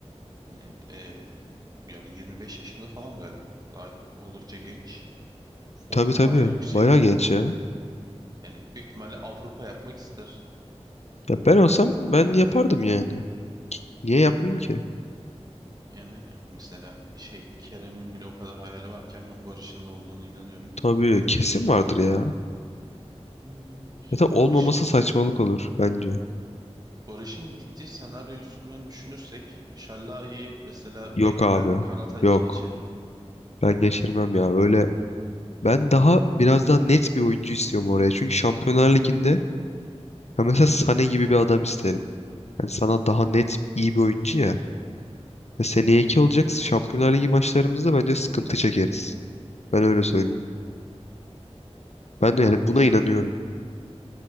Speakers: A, on the right; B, on the left.
A: hani e, yani 25 yaşında falan galiba. Daha oldukça genç. Formu
B: Tabii tabii.
A: bayağı yüksek.
B: Bayağı genç ya.
A: Yani büyük ihtimalle Avrupa yapmak ister.
B: Ya ben olsam ben yapardım yani. Niye yapmayayım ki?
A: Yani aynen. Mesela şey Kerem'in bile o kadar hayali varken ben Barış'ın da olduğunu inanıyorum.
B: Tabii kesin vardır ya.
A: Hmm,
B: Zaten olmaması
A: Barış'ın
B: saçmalık
A: git
B: olur bence.
A: Barış'ın gittiği senaryo üstünden düşünürsek Şallai'yi mesela
B: Yok
A: bekten
B: abi.
A: kanata geç-
B: Yok.
A: geçiririm.
B: Ben geçirmem ya. Öyle ben daha biraz daha net bir oyuncu istiyorum oraya. Çünkü Şampiyonlar Ligi'nde ya mesela Sané gibi bir adam isterim. Yani sana daha net iyi bir oyuncu ya. Ya seneye iki olacak Şampiyonlar Ligi maçlarımızda bence sıkıntı çekeriz. Ben öyle söyleyeyim. Ben de
A: Haklısın.
B: yani buna inanıyorum.